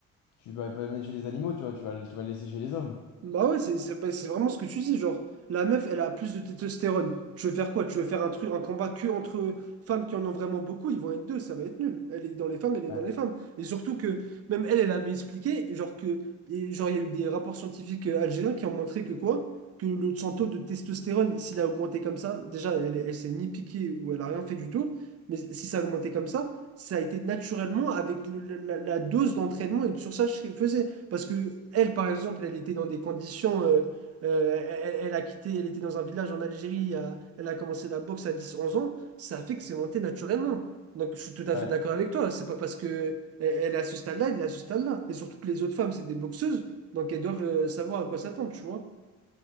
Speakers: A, on the left (about 75°); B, on the right (about 50°).
A: tu vas pas le mettre chez les animaux, tu vois, tu vas, le- tu vas le laisser chez les hommes.
B: Bah ouais, c'est c'est- bah, c'est vraiment ce que tu dis, genre, la meuf, elle a plus de testostérone. Tu veux faire quoi? Tu veux faire un truc, un combat que entre femmes qui en ont vraiment beaucoup, ils vont être deux, ça va être nul. Elle est dans les femmes, elle est
A: Ouais,
B: dans les femmes. Et surtout que, même elle, elle avait expliqué, genre que, et genre, il y a eu des rapports scientifiques euh, algériens qui ont montré que quoi? Que le, son taux de testostérone, s'il a augmenté comme ça, déjà, elle, elle s'est ni piquée ou elle a rien fait du tout, mais si ça a augmenté comme ça, ça a été naturellement avec le- la, la- la dose d'entraînement et de surcharge qu'elle faisait. Parce que elle, par exemple, elle était dans des conditions. euh, euh, elle, elle a quitté, elle était dans un village en Algérie, à- elle a commencé la boxe à 10-11 ans. Ça fait que c'est monté naturellement. Donc je suis tout à
A: ouais.
B: fait d'accord avec toi. C'est pas parce que elle, elle est à ce stade-là, elle est à ce stade-là. Et surtout que les autres femmes, c'est des boxeuses, donc elles doivent euh, savoir à quoi s'attendre, tu vois.